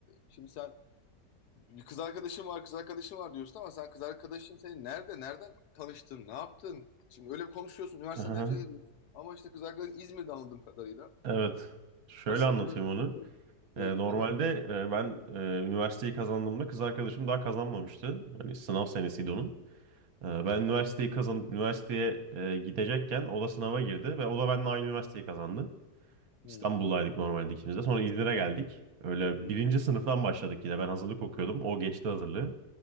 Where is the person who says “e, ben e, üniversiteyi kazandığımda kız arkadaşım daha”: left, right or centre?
Right